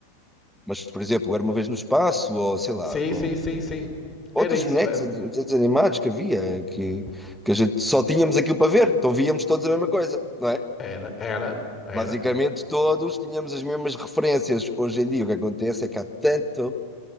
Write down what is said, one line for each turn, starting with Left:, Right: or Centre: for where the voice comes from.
Centre: Mas, por exemplo, Era Uma Vez no Espaço, ou sei lá,
Left: Sim,
Centre: com
Left: sim, sim, sim.
Centre: outros
Left: Era isso,
Centre: bonecos
Left: era.
Centre: desenhos animados que havia, que, que a gente só tínhamos aquilo para ver, então víamos todos a mesma coisa, não é?
Left: Era, era, era.
Centre: Basicamente todos tínhamos as mesmas referências. Hoje em dia o que acontece é que há tanto